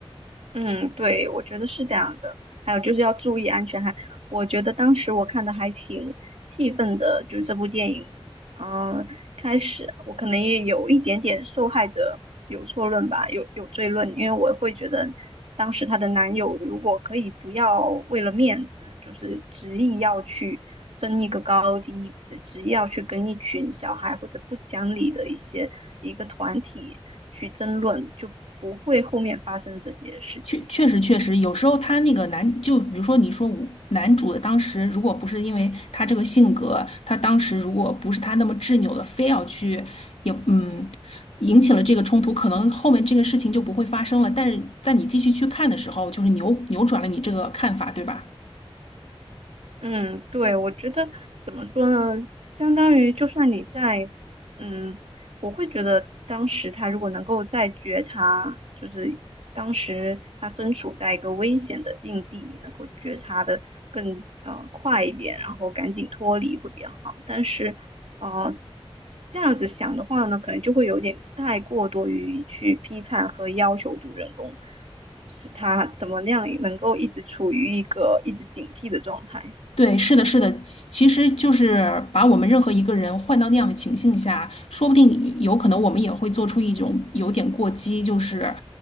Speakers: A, on the right (about 85°); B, on the left (about 85°).
A: 嗯，对，我觉得是这样的。还有就是要注意安全。还，我觉得当时我看的还挺气愤的，就是这部电影，啊。开始，我可能也有一点点受害者有错论吧，有有罪论，因为我会觉得当时她的男友如果可以不要为了面子，就是执意要去争一个高低，执意要去跟一群小孩或者不讲理的一些一个团体去争论，就不会后面发生这些事情。
B: 确确实确实，有时候他那个男，就比如说你说我男主的当时，如果不是因为他这个性格，他当时如果不是他那么执拗的，非要去也嗯。引起了这个冲突，可能后面这个事情就不会发生了。但是在你继续去看的时候，就是扭扭转了你这个看法，对吧？
A: 嗯，对，我觉得怎么说呢，相当于就算你在，嗯，我会觉得当时他如果能够在觉察，就是当时他身处在一个危险的境地，能够觉察的更呃快一点，然后赶紧脱离会比较好。但是，呃，这样子想的话呢，可能就会有点太过多于去批判和要求主人公，是他怎么样能够一直处于一个一直警惕的状态。
B: 对，是的，是的，其其实就是把我们任何一个人换到那样的情境下，说不定有可能我们也会做出一种有点过激，就是，